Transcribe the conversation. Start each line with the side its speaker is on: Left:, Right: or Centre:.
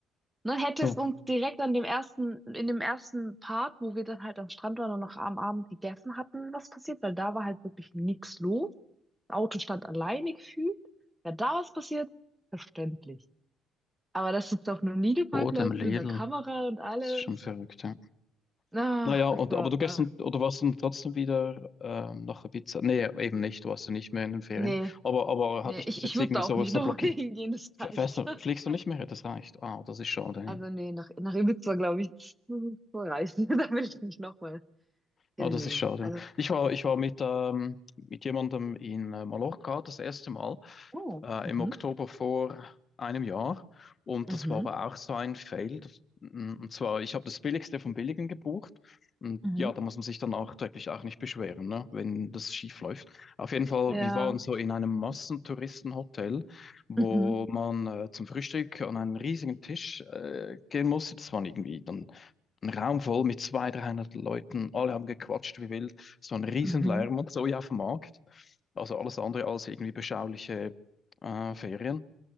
Centre: Ne, hätte
Left: So,
Centre: es uns direkt an dem ersten, in dem ersten Part, wo wir dann halt am Strand waren und noch am Abend gegessen hatten, was passiert, weil da war halt wirklich nichts los. Das Auto stand alleine gefühlt. Wäre da was passiert, verständlich. Aber das ist auf einem Liegeparkplatz
Left: Boden, Lidl,
Centre: mit einer Kamera und alles.
Left: das ist schon verrückt, ja.
Centre: Ach,
Left: Naja, und,
Centre: das war.
Left: aber du gehst dann, oder warst dann trotzdem wieder ähm, nach Ibiza? Nee, eben nicht, du warst ja nicht mehr in den Ferien.
Centre: Nee,
Left: Aber, aber
Centre: nee,
Left: hatte ich
Centre: ich,
Left: das jetzt
Centre: ich würde
Left: irgendwie
Centre: da auch
Left: so,
Centre: nicht
Left: so
Centre: nochmal
Left: blockiert?
Centre: <laughs> hingehen, das reicht.
Left: F- Fährst du, fliegst
Centre: <laughs>
Left: du nicht mehr? Das reicht. Ah, das ist schade.
Centre: Also nee, nach, nach Ibiza, glaube ich, das reicht. <laughs> Da will ich nicht nochmal
Left: Ah,
Centre: hin.
Left: das
Centre: Nee.
Left: ist schade.
Centre: Also.
Left: ja. Ich war, ich war mit, ähm, mit jemandem in äh, Mallorca das erste Mal
Centre: Oh.
Left: äh,
Centre: Mhm.
Left: im Oktober vor einem Jahr und
Centre: Mhm.
Left: das war aber auch so ein Fail. Das- Und zwar, ich habe das Billigste vom Billigen gebucht und
Centre: Mhm.
Left: ja, da muss man sich dann nachträglich auch nicht beschweren, ne, wenn das schief läuft. Auf jeden Fall,
Centre: Ja.
Left: wir waren so in einem Massentouristenhotel, wo
Centre: Mhm.
Left: man äh, zum Frühstück an einen riesigen Tisch äh, gehen musste. Das waren irgendwie dann ein Raum voll mit 200 300 Leuten, alle haben gequatscht wie wild, so ein Riesenlärm
Centre: Mhm.
Left: und so ja auf dem Markt. Also alles andere als irgendwie beschauliche äh, Ferien.